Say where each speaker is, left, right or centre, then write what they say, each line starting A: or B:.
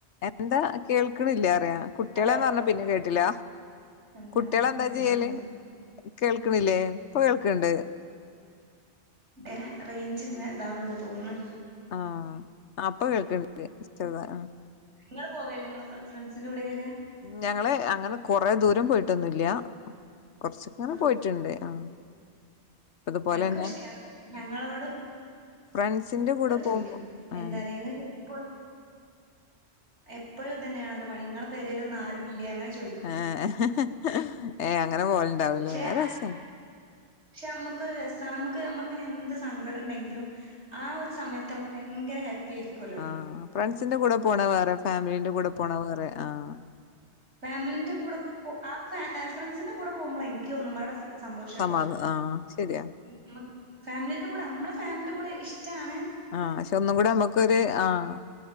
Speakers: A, on the left; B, on the right.
A: എന്താ കേൾക്കണില്ല അറിയ കുട്ടികളെന്ന്
B: ഹലോ
A: പറഞ്ഞാ പിന്നെ കേട്ടില്ല
B: എന്താണ്
A: കുട്ടികളെന്താ
B: ഇതിങ്ങനെ മുറിയുന്നുണ്ടോ?
A: ചെയ്യല് കേൾക്കണില്ലേ ഇപ്പൊ കേൾക്കണ്ട്
B: എൻ്റെ റേഞ്ച് ഇങ്ങനെ ഇതാവണ്ട് തോന്നന്ന്
A: ആഹ് അപ്പൊ കേൾക്കണ്ട് ചെറുതാ ആഹ്
B: നിങ്ങള്ൾ പോവേല്ലേ നിങ്ങങ്ങള് ഫ്രണ്ട്സിന്റെ കൂടെക്കൊക്കെ
A: ഞങ്ങള് അങ്ങനെ കൊറെ ദൂരം പോയിട്ടൊന്നുംല്ല കൊറച്ചങ്ങനെ
B: ആഹ്
A: പോയിട്ടുണ്ട് ആഹ് ഇതുപോലെന്നെ
B: ഞങ്ങക്ക് പക്ഷേ ഞങ്ങ ഞങ്ങളോട്
A: ഫ്രാൻസിന്റെ കൂടെ
B: ചോദിക്കും
A: പോകുമ്പോ
B: എന്താ
A: ആഹ്
B: പറ നിങ്ങൾക്ക് എപ്പൊഴും എപ്പോഴും ഇതന്നെയാണല്ലോ പണിങ്ങളെ പേരേല് ഒന്നും ആരുല്ലേ അങ്ങനെ ചോദിക്കും
A: ഏഹ് <unintelligible> അങ്ങനെ പോലണ്ടാവലേ
B: പക്ഷെ
A: രസാണ്
B: ആ- പക്ഷെ നമ്മക്കൊരു രസമാണ് നമ്മുക്ക് നമ്മക്ക് എന്ത് സങ്കടം ഉണ്ടെങ്കിലും ആഹ് ഒരു സമയത്ത് നമ്മക്ക് ഭയങ്കര ഹാപ്പി ആയിരിക്കും
A: ആഹ് ഫ്രണ്ട്സിന്റെ കൂടെ പോണ വേറെ ഫാമിലീന്റെ കൂടെ പോണ വേറെ ആഹ്
B: ഫാമിലിന്റെ കൂടെ പോ ആഹ് ഫ്രണ്ട്സിന്റെ കൂടെ പോകുമ്പോൾ എനക്ക്ന്നും അവിടെ സന്തോഷം
A: സമാധ
B: കേട്ടോ
A: ആഹ് ശരിയാ
B: നമ്മക്ക് ഫാമിലിന്റെ കൂടെ നമ്മളെ ഫാമിലി്റെ കൂടെ ഇഷ്ടമാണ്
A: ആഹ് പക്ഷെ ഒന്നും കൂടി നമ്മുക്കൊരു ആഹ്